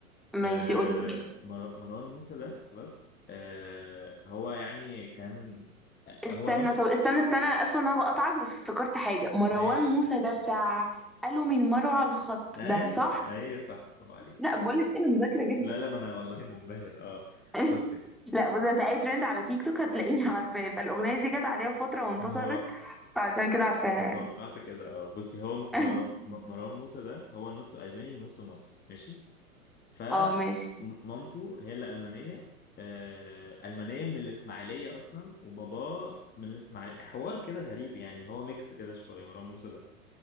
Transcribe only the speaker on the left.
آه
مر... مروان موسى ده خلاص آه هو يعني كان آه،
هو نوت
ماشي
ايوه
ايوه صح برافو عليك
صح
لا لا ما انا والله منبهر اه
بصي
هو
توقعت كده اه بصي هو
مر... مروان موسى ده هو نصه الماني ونصه مصري ماشي فمامته
هي اللي ألمانية آه، ألمانية من الإسماعيلية أصلا وباباه من الإسماعيلية حوار كده غريب يعني هو ميكس كده شوية مروان موسى ده